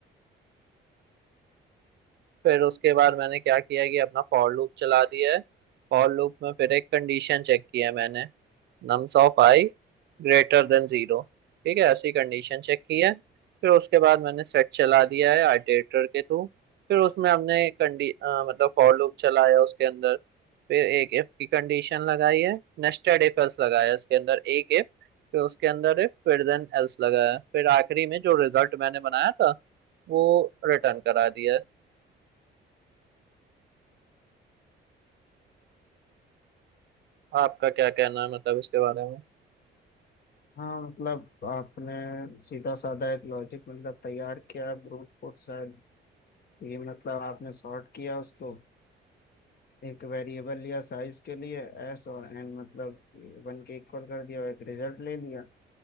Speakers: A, on the right (about 60°); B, on the left (about 55°).
A: फिर उसके बाद मैंने क्या किया कि अपना फॉर लूप चला दिया है फॉर लूप में फिर एक कंडीशन चेक किया है मैंने nums of I greater than zero ठीक है ऐसी कंडीशन चेक की है फिर उसके बाद मैंने सेट चला दिया है आइटरेटर के थ्रू फिर उसमें हमने कंडी अ, मतलब फॉर लूप चलाया उसके अंदर फिर एक इफ की कंडीशन लगाई है नेस्टेड इफ एल्स लगाया इसके अंदर एक इफ फिर उसके अंदर इफ फिर देन एल्स लगाया फिर आखिरी में जो रिजल्ट मैंने बनाया था वो रिटर्न करा दिया है आपका क्या कहना है मतलब इसके बारे में
B: हाँ मतलब आपने सीधा साधा एक लॉजिक मतलब तैयार किया ब्रूट फोर्स शायद ये मतलब आपने सॉर्ट किया उसको एक वेरिएबल लिया साइज के लिए एस और एन मतलब वन के इक्वल कर दिया और एक रिजल्ट ले लिया